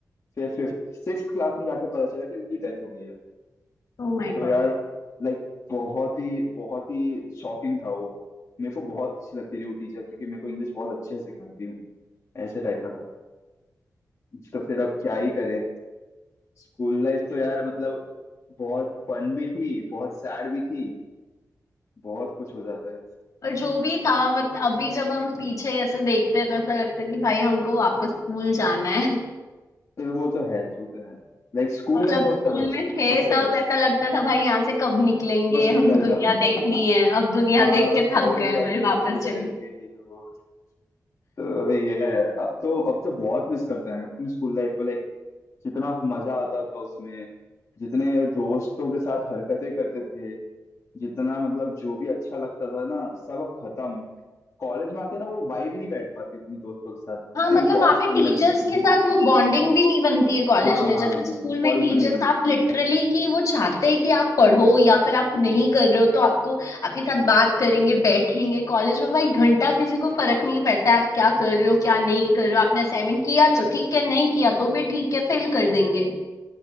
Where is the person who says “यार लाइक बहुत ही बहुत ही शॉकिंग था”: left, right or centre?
Left